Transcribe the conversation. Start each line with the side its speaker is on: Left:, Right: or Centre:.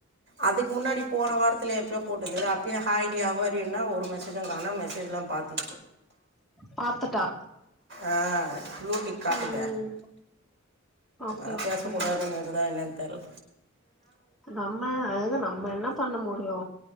Right: அதுக் முன்னாடி போன வாரத்துல எப்யோ போட்டுருந்த அப்யே ஹாய் டி ஹவ் ஆர் யுனா ஒரு மெ சேஜ கானும் மெசேஜ்ல்லா பாத்தி
Centre: பாத்துட்டா
Right: ஆ ளூடிக் காட்டுத
Centre: ம் ஓகே
Right: ஆ
Centre: ஓகே
Right: பேசக் கூடாதுங்க க்குதா என்னன் தெர்ல
Centre: நம்ம அது நம்ம என்னா பண்ண முடியு